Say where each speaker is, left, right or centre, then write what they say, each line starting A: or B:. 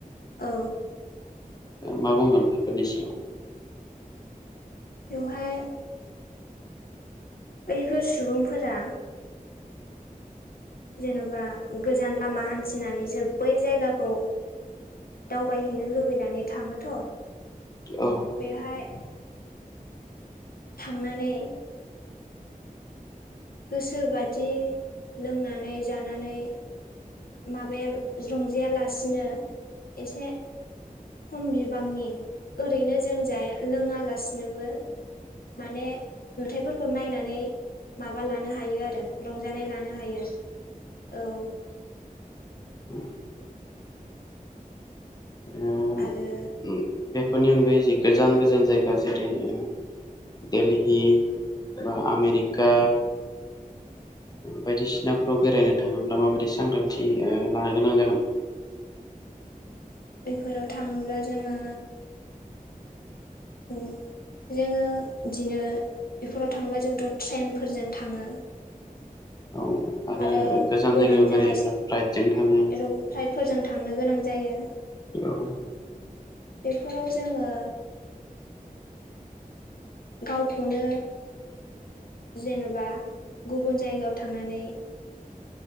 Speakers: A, on the left; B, on the left.
A: औ।
B: मा बुंगोन बेफोरनि सिङाव?
A: बेवहाय बैफोर सुबुंफोरा जेन'बा गोजान लामा हान्थिनानैसो बै जायगाखौ दावबायहैनो लुबैनानै थाङोथ'।
B: औ
A: बेहाय थांनानै सोरोबादि लोंनानै जानानै माबाया रंजायालासिनो एसे खम बिबांनि ओरैनो जों जाया लोङालासिनोबो माने नुथाइफोरखौ नायनानै नो आरो रंजानाय लानो हायो औ
B: औ ओ
A: आरो
B: बेफोरनि अनगायै जि गोजान गोजान जायगा जेरै ओ दिल्ली बा आमेरिका बायदिसिनाफोराव बेरायनो थाङोब्ला माबायदि सांग्रांथि ओ लानो गोनां जागोन।
A: बेफोराव थाङोब्ला जोङो उ जोङो बिदिनो बेफोराव थाङोबा जोंथ' ट्रेनफोरजों थाङो। <inaudible>
B: औ
A: आरो
B: गोजान जायगायाव
A: उरां
B: बेरायोब्ला
A: जाहाज
B: फ्लाइटजों थाङो
A: एर' फ्लाइटफोरजों थांनो गोनां जायो।
B: औ
A: बेफोराव जोङो गावखौनो जेन'बा गुबुन जायगायाव थांनानै